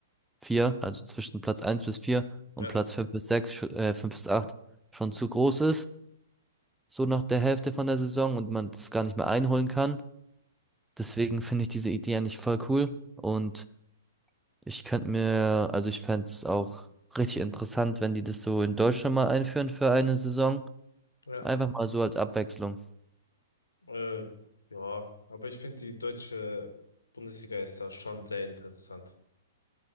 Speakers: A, in the centre; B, on the left (about 70°).
A: vier, also zwischen Platz eins bis vier und
B: Ja,
A: Platz fünf bis sechs, sch- äh, fünf bis acht schon zu groß ist, so nach der Hälfte von der Saison und man das gar nicht mehr einholen kann. Deswegen finde ich diese Idee eigentlich voll cool und Ich könnte mir, also ich fänd's es auch richtig interessant, wenn die das so in Deutschland mal einführen für eine Saison.
B: ja,
A: Einfach mal so als Abwechslung.
B: äh, ja. Aber ich finde, die deutsche Bundesliga ist da schon sehr interessant.